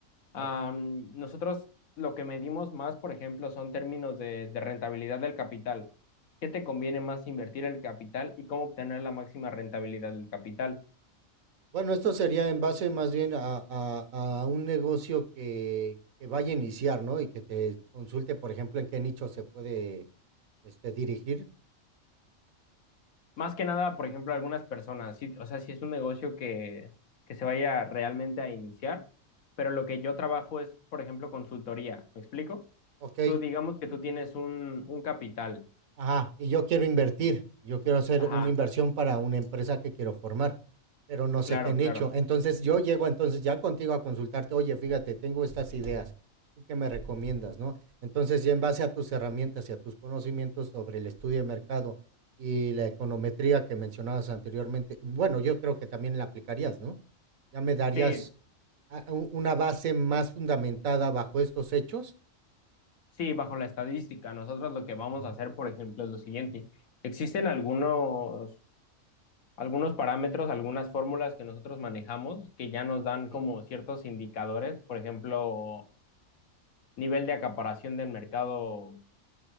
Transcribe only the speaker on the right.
claro.
Bueno, esto sería en base más bien a a a un negocio que que vaya a iniciar, ¿no? Y que te consulte, por ejemplo, en qué nicho se puede, este, dirigir.
Okey.
Ajá, y yo quiero invertir, yo quiero hacer
una inversión para una empresa que quiero formar, pero no sé
qué nicho.
Entonces yo llego entonces ya contigo a consultarte, oye, fíjate, tengo estas ideas, ¿tú qué me recomiendas, no? Entonces ya en base a tus herramientas y a tus conocimientos sobre el estudio de mercado y la econometría que mencionabas anteriormente, bueno, yo creo que también la aplicarías, ¿no? Ya me darías
ah, u- una base más fundamentada bajo estos hechos.
Ujú,
ok.